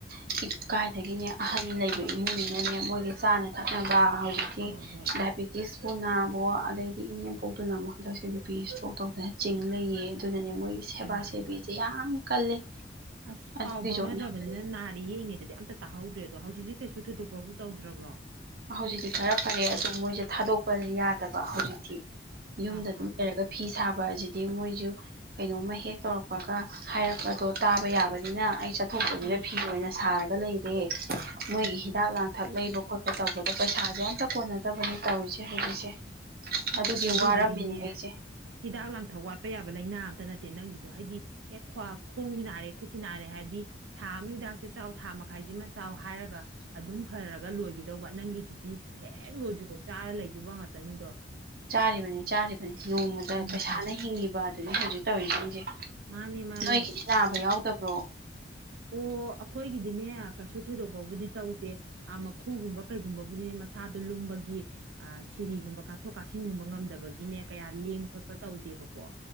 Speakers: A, on the right (about 50°); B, on the right (about 85°).
A: <unintelligible> <inaudible> ꯀꯥꯏꯗꯒꯤꯅꯦ ꯑꯍꯟ ꯂꯩꯕ ꯏꯃꯨꯡꯅꯤꯅꯅꯦ ꯃꯣꯏꯒꯤ ꯆꯥꯅ ꯊꯛꯅꯕ ꯍꯧꯖꯤꯛ
B: ꯍꯣꯏ ꯍꯣꯏ
A: ꯄꯤ ꯌꯦꯁꯄꯨ ꯅꯥꯕꯣ ꯑꯗꯩꯗꯤ ꯏꯅꯦꯝꯄꯣꯛꯇꯨꯅ ꯑꯃꯨꯛ ꯍꯟꯗꯛꯁꯦ ꯕꯤꯄꯤꯤꯒꯤ ꯏꯁꯇ꯭ꯔꯣꯛ ꯇꯧꯗꯅ ꯆꯤꯡ ꯂꯩꯌꯦ ꯑꯗꯨꯅꯅꯦ ꯃꯣꯏꯒꯤ ꯁꯦꯕꯥ
B: ꯍꯩꯃ
A: ꯁꯦꯕꯤꯁꯦ
B: ꯍꯩꯃ
A: ꯌꯥꯝ ꯀꯜꯂꯦ
B: ꯑꯁ
A: ꯑꯗꯨꯒꯤꯁꯨ
B: ꯄꯥꯎ ꯐꯥꯎꯅꯗ꯭ꯔꯕꯅꯤꯅ
A: ꯑꯅꯝꯕꯅꯤ
B: ꯅ ꯅꯥꯔꯦ ꯌꯦꯡꯉꯦꯗꯗꯤ ꯑꯝꯇ ꯇꯥꯍꯗ꯭ꯔꯦ ꯑꯗꯣ ꯍꯧꯖꯤꯛꯇꯤ ꯀꯩꯁꯨ ꯊꯣꯏꯗꯣꯛꯄꯕꯨꯥꯎ ꯇꯧꯗ꯭ꯔꯕ꯭ꯔꯣ
A: ꯍꯧꯖꯤꯛꯇꯤ ꯈꯔ ꯐꯔꯦ ꯑꯗꯣ ꯃꯣꯏꯁꯦ ꯊꯥꯗꯣꯛꯄ ꯌꯥꯗꯕ ꯍꯧꯖꯤꯛꯇꯤ ꯌꯨꯝꯗ
B: ꯑꯥ
A: ꯑꯗꯨꯝ
B: ꯑꯥ
A: ꯂꯩꯔꯒ ꯐꯤ ꯁꯥꯕ ꯑꯁꯤꯗꯤ ꯃꯣꯏꯁꯨ ꯀꯩꯅꯣꯝꯃ ꯍꯦꯛ ꯇꯧꯔꯛꯄꯒ ꯍꯥꯏꯔꯛꯄꯗꯣ ꯇꯥꯕ ꯌꯥꯕꯅꯤꯅ ꯑꯩ ꯊꯣꯛꯄꯗꯨꯗ
B: ꯎꯝ
A: ꯐꯤ ꯑꯣꯏꯅ ꯁꯥꯔꯒ ꯂꯩꯔꯦ ꯃꯣꯏꯒꯤ
B: ꯑꯣ
A: ꯍꯤꯗꯥꯛ
B: ꯑꯣ
A: ꯂꯥꯡꯊꯛ ꯂꯩꯕ ꯈꯣꯠꯄ ꯇꯧꯕꯗ ꯄꯩꯁꯥꯁꯦ ꯑꯝꯇ ꯀꯣꯟꯅꯗꯕꯅꯦ ꯇꯧꯔꯤꯁꯦ ꯍꯧꯖꯤꯛꯁꯦ
B: ꯑꯁ
A: ꯑꯗꯨꯒꯤ
B: ꯑꯗꯨꯕꯨꯗꯤꯅꯦ
A: ꯋꯥꯔꯝꯃꯤꯅꯦ ꯑꯩꯁꯦ
B: ꯍꯤꯗꯥꯛ ꯂꯥꯡꯊꯛ ꯋꯥꯠꯄ ꯌꯥꯕ ꯂꯥꯏꯅꯥ ꯑꯝꯇ ꯅꯠꯇꯦ ꯅꯪꯒꯤꯗꯣ ꯍꯥꯏꯗꯤ ꯍꯦꯛ꯭ ꯈꯣꯡꯁꯤ ꯅꯥꯔꯦ ꯈꯨꯠꯁꯤ ꯅꯥꯔꯦ ꯍꯥꯏꯕꯗꯤ ꯊꯥ ꯑꯃ ꯍꯤꯗꯥꯛꯁꯤ ꯆꯥꯎ ꯊꯥ ꯃꯈꯥꯏꯁꯤꯃ ꯆꯥꯎ ꯍꯥꯏꯔꯒ ꯑꯗꯨꯝ ꯐꯔꯒ ꯂꯣꯏꯈꯤꯗꯧꯕ ꯅꯪꯒꯤꯗꯨꯗꯤ ꯍꯦꯛ ꯂꯣꯏꯗ꯭ꯔꯤꯐꯥꯎ ꯆꯥꯔ ꯂꯩꯗꯕ ꯉꯥꯛꯇꯅꯤꯗꯣ
A: ꯆꯥꯔꯤꯕꯅꯤ ꯆꯥꯔꯤꯕꯅꯤ ꯅꯣꯡꯃꯗ
B: ꯎꯝ
A: ꯄꯩꯁꯥꯅ
B: ꯎꯝ
A: ꯍꯤꯡꯉꯤꯕ ꯑꯗꯨꯅꯤ ꯍꯧꯖꯤꯛ ꯇꯧꯔꯤꯁꯤꯡꯁꯦ
B: ꯃꯥꯅꯦ ꯃꯥꯅꯦ
A: ꯅꯣꯏꯒꯤꯗꯤ ꯅꯥꯕ
B: ꯑꯗꯨ
A: ꯌꯥꯎꯗꯕ꯭ꯔꯣ
B: ꯑꯣ ꯑꯩꯈꯣꯏꯒꯤꯗꯤꯅꯦ ꯀꯩꯁꯨ ꯊꯣꯏꯗꯣꯛꯄꯕꯨꯗꯤ ꯇꯧꯗꯦ ꯑ ꯃꯈꯨꯒꯨꯝꯕ ꯀꯩꯒꯨꯝꯕꯕꯨꯗꯤꯅꯦ ꯃꯁꯥꯗꯣ ꯂꯨꯝꯕꯒꯤ ꯑ ꯁꯤꯔꯤꯒꯨꯝꯕ ꯀꯥꯊꯣꯛ ꯀꯥꯁꯤꯟꯒꯨꯝꯕ ꯉꯝꯗꯕꯒꯤꯅꯦ ꯀꯌꯥ ꯂꯦꯡ ꯈꯣꯠꯄ ꯇꯧꯗꯦꯕꯀꯣ